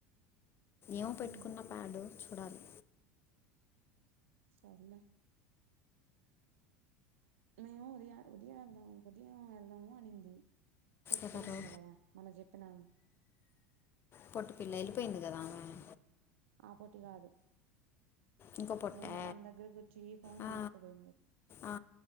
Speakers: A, on the left; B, on the right.
A: ఏమో పెట్టుకున్న
B: ఉమ్,
A: ప్యాడ్ చూడాలి
B: సర్లే మేము ఉదయం ఉదయం వెళ్దాము ఉదయం వెళ్దాము అనింది కొట్టు
A: ఎవరు
B: పల్లి ఉంది కదా మనం చెప్పినా
A: పొట్టు పిల్ల వెళ్ళిపోయింది కదా ఆమె
B: ఆ పోటీ కాదు
A: ఇంకో పొట్టే
B: నిన్న మన దగ్గరకి వచ్చి ఫోన్లు
A: ఆ,
B: తీసుకుపోయింది
A: ఆ,